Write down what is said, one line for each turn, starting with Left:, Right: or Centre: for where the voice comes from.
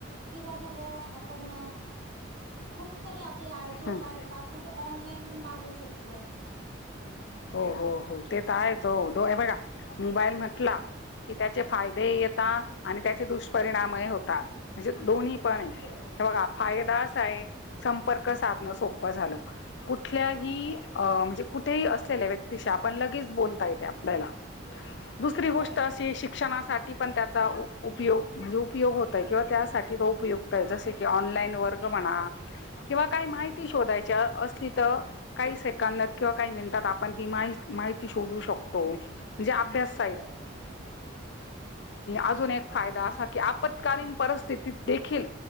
Right: किंवा मग आपण खूप काही आपल्याला अर्जंट
Left: हा.
Right: आहे तर आपण ते ऑनलाइन पण मागवू शकतो
Left: हो हो हो ते तर आहेच हो दो आहे बघा मोबाईल म्हटला कि त्याचे फायदेही येतात आणि त्याचे दुष्परिणामही होतात अशे दोन्हीही पण एवढा
Right: बरोबर
Left: फायदाच आहे संपर्क साधन सोपं झालं कुठल्याही
Right: हो
Left: म्हणजे कुठ ते असलेल्या व्यक्तीशी आपण लगेच बोलता येते आपल्याला दुसरी गोष्ट
Right: बरोबर
Left: अशी शिक्षणासाठी पण त्याचा उपयोग दुरुपयोग होत आहे त्यासाठी तो उपयुक्त आहे जसे की ऑनलाईन वर्ग म्हणा
Right: ह <inaudible>
Left: किंवा काही माहिती शोधायच्या असली तर काही सेकंदात किंवा काही मिनिटात आपण ती माहिती श शत म्हणे अभ सा
Right: बरोबर
Left: अज <unintelligible> फायदा असा की आपत्कालीन परिस्थितीत देखील